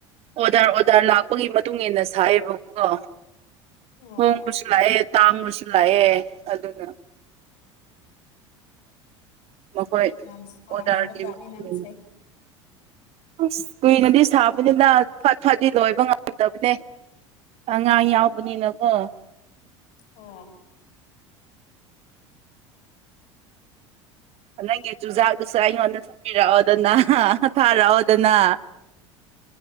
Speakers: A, on the right; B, on the left.
A: ꯑꯣꯗꯔ ꯑꯣꯗꯔ ꯂꯥꯛꯄꯒꯤ ꯃꯇꯨꯡ ꯏꯟꯅ ꯁꯥꯏꯑꯕꯀꯣ
B: ꯑꯣ
A: ꯍꯣꯡꯕꯁꯨ ꯂꯥꯛꯑꯦ ꯇꯥꯡꯕꯁꯨ ꯂꯥꯛꯑꯦ ꯑꯗꯨꯅ ꯃꯈꯣꯏ
B: ꯌꯥꯝ ꯁꯥꯔꯝꯕ
A: ꯑꯣꯗꯔꯒꯤ
B: ꯖꯥꯠꯅꯤ
A: ꯃꯇꯨꯡ
B: ꯅꯪꯁꯦ
A: ꯑꯁ ꯀꯨꯏꯅꯗꯤ ꯁꯥꯕꯅꯤꯅ ꯐꯠ ꯐꯗꯤ ꯂꯣꯏꯕ ꯉꯝꯗꯕꯅꯦ ꯑꯉꯥꯡ ꯌꯥꯎꯕꯅꯤꯅꯀꯣ
B: ꯑꯣ
A: ꯅꯪꯒꯤ ꯆꯨꯖꯥꯛꯗꯨꯁꯨ ꯑꯩꯉꯣꯟꯗ ꯁꯠꯄꯤꯔꯛꯑꯣꯗꯅ ꯑ ꯍ ꯍ ꯊꯥꯔꯛꯑꯣꯗꯅ